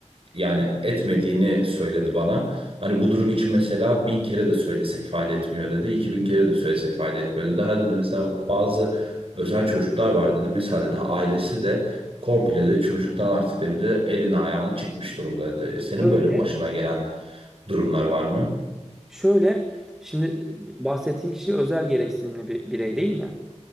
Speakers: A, on the right; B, in the centre.
A: yani etmediğini söyledi bana. Hani bu durum için mesela bin kere de söylesek fayda etmiyor dedi. iki bin kere de söylesek fayda etmiyor dedi. Ha dedi mesela bazı özel çocuklar var dedi. Mesela dedi ailesi de komple de çocuktan artık dedi bir de elini ayağını çekmiş durumda dedi. Senin
B: Şöyle,
A: böyle başına gelen durumlar var mı?
B: şöyle şimdi bahsettiğin kişi özel gereksinimli bir birey değil mi?